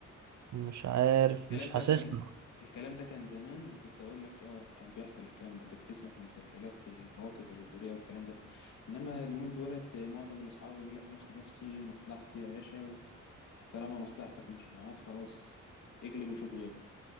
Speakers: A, on the right (about 70°); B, on the left (about 75°).
A: مش عارف
B: الكلام
A: مش حاسسها
B: ده كان الكلام ده كان زمان كنت اقول لك اه كان بيحصل الكلام ده كنت تسمع في المسلسلات المواقف الوتريه والكلام ده انما اليومين دولت معظم الاصحاب يقول لك نفسي نفسي مصلحتي يا باشا طالما مصلحتك مش معاه خلاص اقلب وشوف غيره